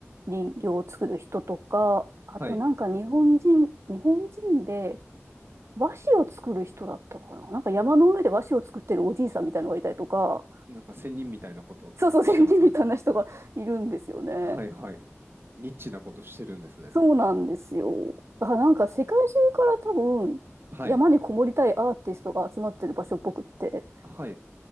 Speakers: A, on the right; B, on the right.
A: 人形を作る人とか、あとなんか日本人、
B: はい。
A: 日本人で和紙を作る人だったかな。なんか山の上で和紙を作ってるおじいさんみたいのがいたりとか、
B: なんか仙人みたいなことしてますね。
A: そうそう、先人みたいな人がいるんですよね。
B: はいはい。ニッチなことしてるんですね。
A: そうなんですよ。だからなんか世界中から多分山にこもりたいアーティストが集まってる場所っぽくって、
B: はい。はい。